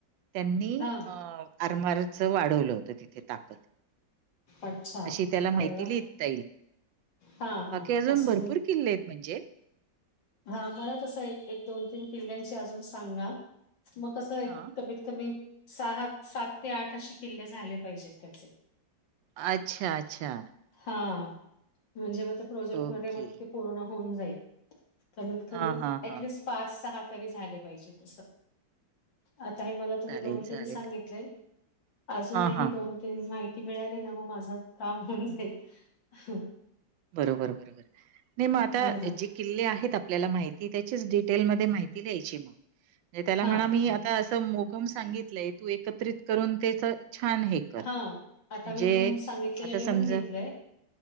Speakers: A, on the right; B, on the left.
A: त्यांनी
B: हां.
A: अ आरमारचं वाढवलं होतं तिथे ताक कद
B: अच्छा.
A: अशी त्याला
B: अरे
A: माहिती
B: वाह!
A: लिहिता येईल
B: हां, हां.
A: बाकी अजून
B: असं
A: भरपूर किल्ले आहेत म्हणजे
B: हा मला तसं एक एक दोन तीन किल्ल्यांची अजून सांगा मग कसं एक
A: हां.
B: कमीत कमी सहात सात ते आठ असे किल्ले झाले पाहिजेत त्याचे
A: अच्छा अच्छा
B: हा म्हणजे मग ते प्रोजेक्ट
A: ओके.
B: मध्ये मग ते पूर्ण होऊन जाईल कमीत कमी
A: हां, हां, हां.
B: एटलिस्ट पाच सहा तरी झाले पाहिजे असं आता हे मला तुम्ही
A: चालेल,
B: दोन तीन
A: चालेल.
B: सांगितले अजूनही
A: हां, हां.
B: दोन तीन माहिती मिळाली ना मग माझं काम होऊन जाईल ह.
A: बरोबर बरोबर नाही मग
B: हो
A: आता
B: ना
A: जी किल्ले आहेत आपल्याला माहिती त्याचीच आता डिटेल मध्ये माहिती द्यायची मग त्याला
B: हा
A: म्हणा मी
B: हा
A: आता मोगम सांगितलंय तू एकत्रित करून तेच छान हे कर.
B: हा आता
A: म्हणजे
B: मी तुम्ही सांगितलेलं
A: आता
B: लिहून
A: समजा
B: घेतलंय